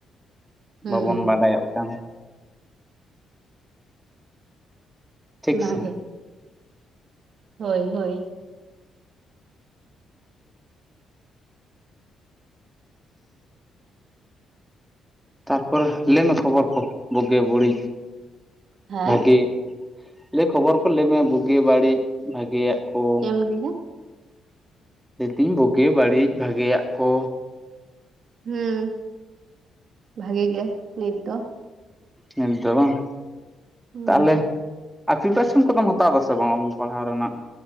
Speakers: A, on the right; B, in the centre.
A: ᱦᱩᱸ
B: ᱵᱟᱵᱚᱱ ᱵᱟᱰᱟᱭᱚᱜ ᱠᱟᱱ ᱴᱷᱤᱠ
A: ᱚᱱᱟᱜᱮ
B: ᱥᱮ
A: ᱦᱳᱭ ᱦᱳᱭ
B: ᱛᱟᱨᱯᱚᱨᱮ ᱞᱟᱹᱭ ᱢᱮ ᱠᱷᱚᱵᱚᱨ ᱠᱚ ᱵᱩᱜᱮ ᱵᱟᱹᱲᱤᱡ
A: ᱦᱮᱸ
B: ᱵᱷᱟᱜᱤ ᱞᱟᱹᱭ ᱠᱷᱚᱵᱚᱨ ᱠᱚ ᱞᱟᱹᱭ ᱢᱮ ᱵᱩᱜᱤ ᱵᱟᱹᱲᱤᱡ ᱵᱷᱟᱜᱮᱭᱟᱜ ᱠᱚ
A: ᱪᱮᱫ ᱮᱢ ᱞᱟᱹᱭ ᱠᱮᱫᱟ?
B: ᱞᱟᱹᱭ ᱫᱟᱹᱧ ᱵᱩᱜᱤ ᱵᱟᱹᱲᱤᱡ ᱵᱷᱟᱜᱮᱭᱟᱜ ᱠᱚ
A: ᱦᱩᱸ ᱵᱷᱟᱜᱤ ᱜᱮ ᱱᱤᱛ ᱫᱚ
B: ᱱᱤᱛ ᱫᱚ ᱵᱟᱝ
A: ᱦᱩᱸ
B: ᱛᱟᱦᱚᱞᱮ ᱟᱨ ᱯᱨᱤᱯᱟᱨᱮᱥᱚᱱ ᱠᱚᱫᱚᱢ ᱦᱟᱛᱟᱣ ᱮᱫᱟᱥᱮ ᱵᱟᱝ ᱯᱟᱲᱦᱟᱣ ᱨᱮᱱᱟᱜ